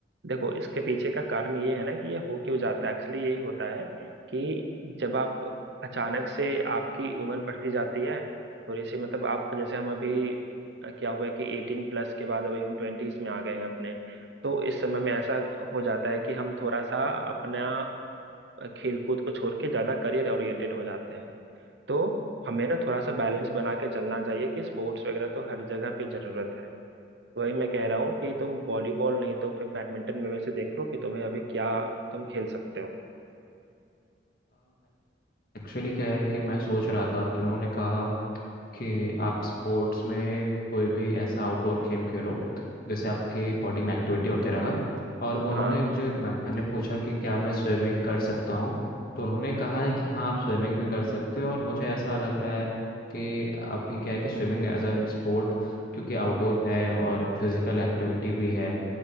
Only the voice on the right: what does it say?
देखो इसके पीछे का कारण ये है ना कि ये हो क्यों जाता है एक्चुअली यही होता है कि जब आप अचानक से आपकी उम्र बढ़ती जाती है थोड़ी सी मतलब आप जैसे हम अभी अ, क्या हुआ है कि एटीन प्लस के बाद अभी हम ट्वेंटीज में आ गए हैं अपने तो इस समय में ऐसा हो जाता है कि हम थोड़ा सा अपना खेलकूद को छोड़ के ज्यादा करियर ओरिएंटेड हो जाते हैं तो हमें ना थोड़ा सा बैलेंस बना के चलना चाहिए कि स्पोर्ट्स वगैरह तो हर जगह पे जरूरत है वही मैं कह रहा हूँ कि तुम वॉलीबॉल नहीं तो फिर बैडमिंटन में से देख लो कि तुम्हें अभी क्या तुम खेल सकते हो
हाँ